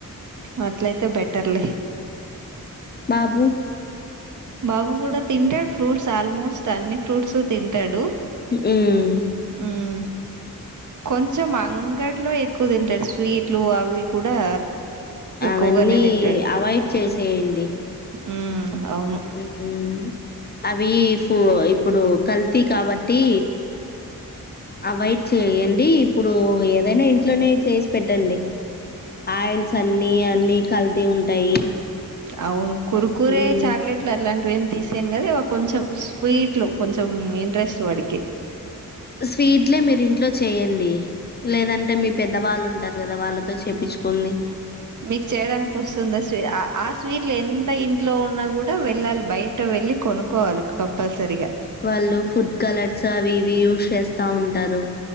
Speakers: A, on the right; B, on the left.
A: ఆట్లయితే బెటర్లే
B: బాబు
A: బాబు కూడా తింటాడు ఫ్రూట్స్ ఆల్మోస్ట్ అన్ని ఫ్రూట్స్ తింటాడు
B: ఉమ్మ్
A: ఉమ్ కొంచెం అంగట్లో ఎక్కువ తింటారు స్వీట్లు అవి కూడా ఎక్కువగానే
B: అవన్నీ
A: తింటాడు
B: అవాయిడ్ చేసేయండి
A: ఉమ్ అవును
B: ఉమ్ అవి ఫో <unintelligible> ఇప్పుడు కల్తీ కాబట్టి అవాయిడ్ చేయండి ఇప్పుడు ఏదైనా ఇంట్లోనే చేసి పెట్టండి ఆయిల్స్ అన్నీ అన్ని కల్తీ ఉంటాయి
A: అవును కురుకురే
B: మ్మ్.
A: చాక్లెట్లు అట్లాంటివేం తీసీను కాదీ కొంచెం స్వీట్ లో కొంచెం ఇంట్రెస్ట్ వాడికి
B: స్వీట్లే మీరు ఇంట్లో చేయండి లేదంటే మీ పెద్దవాళ్ళు ఉంటారు కదా వాళ్ళతో చేపిచ్చుకొని
A: మీకు చేయడానికి వస్తుంది స్వీ ఆ స్వీట్లు ఎంత ఇంట్లో ఉన్నా కూ డా వెళ్ళాలి బయట వెళ్ళి కొనుక్కోవాలి కంపల్సరిగా
B: వాళ్ళు ఫుడ్ కలర్స్ అవి ఇవి యూస్ చేస్తా ఉంటారు